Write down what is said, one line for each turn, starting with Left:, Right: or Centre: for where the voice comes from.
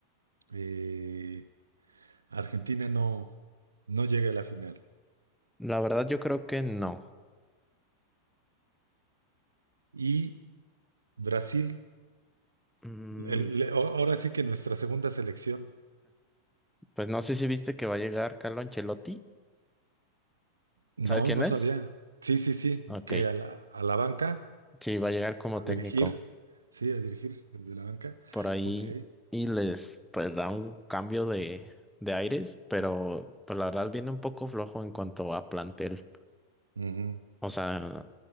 Right: eh, Argentina no, no llegue a la final.
Centre: La verdad yo creo que no.
Right: Y Brasil,
Centre: Mm,
Right: el- le- ahora sí que nuestra segunda selección.
Centre: pues no sé si viste que va a llegar Carlo Ancelotti.
Right: No,
Centre: ¿Sabes quién
Right: no
Centre: es?
Right: sabía. Sí, sí, sí,
Centre: Ok.
Right: que a la, a la banca,
Centre: Sí, va a llegar como
Right: a
Centre: técnico
Right: dirigir, sí, a dirigir desde la banca.
Centre: por ahí
Right: Ok.
Centre: y les pues da un cambio de, de aires, pero pues la verdad viene un poco flojo en cuanto a plantel.
Right: Ujú.
Centre: O sea,